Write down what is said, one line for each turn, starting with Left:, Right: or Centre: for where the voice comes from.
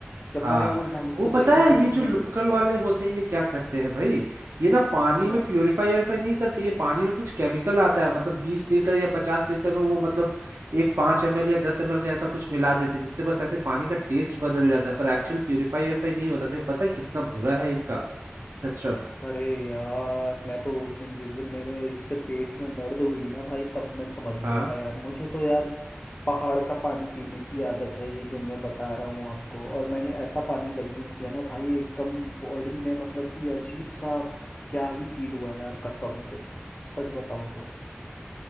Left: जब
Right: हाँ
Left: मैंने वो ढंग
Right: वो
Left: से देखा
Right: पता है
Left: तो उसमें
Right: ये जो लोकल वाले होते हैं ये क्या करते हैं भाई ये ना पानी में
Left: हाँ।
Right: प्योरीफाई व्योरीफाई नहीं करते ये पानी में कुछ केमिकल आता है मतलब बीस लीटर या पचास लीटर में वो मतलब एक पांच एम एल या दस एम एल का ऐसा कुछ मिला देते हैं जिससे बस ऐसे पानी का टेस्ट बदल जाता है पर एक्चुअल प्योरीफाई व्योरीफाई नहीं होता तो ये पता है कितना बुरा है इनका सिस्टम
Left: अरे यार मैं तो उस दिन जिस दिन मेरे इससे पेट में दर्द हुई ना भाई तब मैं समझ गया
Right: हाँ
Left: था यार मुझे तो यार पहाड़ का पानी पीने की आदत है ये जो मैं बता रहा हूँ आपको और मैंने ऐसा पानी कंज्यूम किया ना भाई एकदम बॉडी में मतलब कि अजीब सा क्या ही फील हुआ यार कसम से सच बताऊँ तो